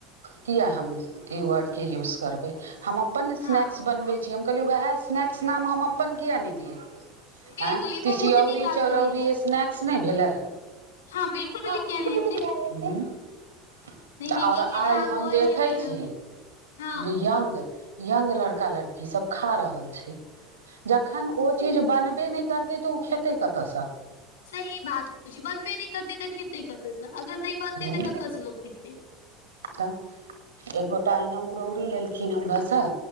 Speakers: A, on the right (about 85°); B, on the left (about 75°).
A: किया हम ई वर्ड केँ यूज करबै हम अपन स्नैक्स
B: हँ
A: बनबैत छी छी हम कहलियँ ओहै स्नैक्स नाम हम अपन किया नै दियै
B: बिल्कुल
A: आँय
B: ई बहुत
A: तीसियौरी
B: नीक काज
A: चरौरी
B: करै छी
A: ई स्नैक्स नै भेले
B: हँ बिल्कुल बिल्कुल
A: <unintelligible>
B: किया नहि हेतै नहि
A: तऽ
B: नहि
A: और
B: ई चीज
A: आइ
B: जे अहाँ
A: हम
B: कहै
A: देखै
B: छलियै
A: छी
B: ने
A: <inaudible>
B: हँ
A: जे यंग यंग लड़का लड़की सब खा रहल छै जखन ओ चीज बनबे नै करते तऽ ओ खेतै कऽ तऽ सँ
B: सही बात किछ बनबे नै करतै तऽ खेतै कतयसँ अगर नै बनतै
A: हूँ
B: तऽ कऽ तऽ स लोक खेतै
A: तऽ <inaudible> एकगोटा अहिना मुरौरी लेलखिन हमरासँ